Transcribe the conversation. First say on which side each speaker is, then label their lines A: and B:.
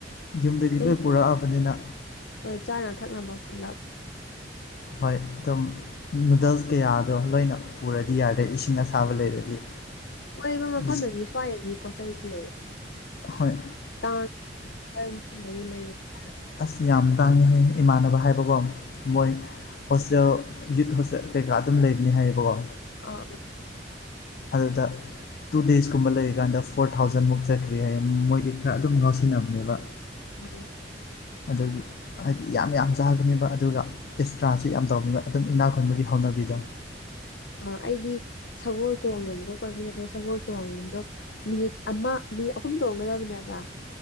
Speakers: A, on the left; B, on the left.
A: ꯌꯨꯝꯗꯒꯤ
B: ꯑꯗꯨꯝ
A: ꯂꯣꯏ ꯄꯨꯔꯛꯑꯕꯅꯤꯅ
B: ꯍꯣꯏ ꯆꯥꯅ ꯊꯛꯅꯕ ꯄꯨꯂꯞ
A: ꯍꯣꯏ ꯑꯦꯗꯣ ꯅꯨꯗꯜꯁ ꯀꯌꯥꯗꯣ ꯂꯣꯏꯅ ꯄꯨꯔꯗꯤ ꯌꯥꯔꯦ ꯏꯁꯤꯡ ꯑꯁꯥꯕ ꯂꯩꯔꯗꯤ
B: ꯀꯣꯏꯕ ꯃꯐꯝꯗꯗꯤ
A: ꯕꯤꯁꯀꯤꯠ
B: ꯁ꯭ꯋꯥꯏꯗꯗꯤ ꯄꯣꯠ ꯆꯩꯩꯁꯦ
A: ꯍꯣꯏ
B: ꯇꯥꯡꯉ ꯀꯝ ꯐꯪꯗꯗꯩ ꯂꯩꯔꯦ ꯑꯥ
A: ꯑꯁ ꯌꯥꯝ ꯇꯥꯡꯉꯤ ꯍꯥꯏ ꯏꯃꯥꯟꯅꯕ ꯍꯥꯏꯕꯀꯣ ꯃꯣꯏ ꯍꯣꯁꯇꯦꯜ ꯌꯨꯠ ꯍꯣꯁꯇꯦꯜ ꯀꯩꯀꯥ ꯑꯗꯨꯝ ꯂꯩꯕꯅꯤ ꯍꯥꯏꯌꯦꯕꯀꯣ
B: ꯑ
A: ꯑꯗꯨꯗ ꯇꯨ ꯗꯦꯁꯀꯨꯝꯕ ꯂꯩꯔꯤꯀꯥꯟꯗ ꯐꯣꯔ ꯊꯥꯎꯖꯟꯃꯨꯛ ꯆꯠꯈ꯭ꯔꯦ ꯍꯥꯏꯌꯦ ꯃꯣꯏꯗꯤ ꯈꯔ ꯑꯗꯨꯝ ꯉꯥꯎꯁꯤꯟꯅꯕꯅꯦꯕ
B: ꯎ
A: ꯑꯗꯨꯒꯤ ꯍꯥꯏꯗꯤ ꯌꯥꯝ ꯌꯥꯝ ꯆꯥꯕꯅꯦꯕ ꯑꯗꯨꯒ ꯑꯦꯛꯁꯇ꯭ꯔꯥꯁꯤ ꯌꯥꯝ ꯇꯧꯕꯅꯤꯅ ꯑꯗꯨꯝ ꯏꯅꯥꯛꯈ ꯈꯨꯟꯕꯒꯤ ꯍꯧ ꯅꯕꯤꯗ
B: <unintelligible> ꯑ ꯑꯩꯗꯤ ꯁꯒꯣꯜ ꯇꯣꯡꯉꯦꯕꯀꯣ ꯀꯣꯏꯕꯤꯔꯒꯦ ꯁꯒꯣꯜ ꯇꯣꯡꯕꯗꯣ ꯃꯤꯅꯤꯠ ꯑꯃ ꯃꯤ ꯑꯍꯨꯝ ꯇꯣꯡꯒꯗꯕꯅꯦꯕ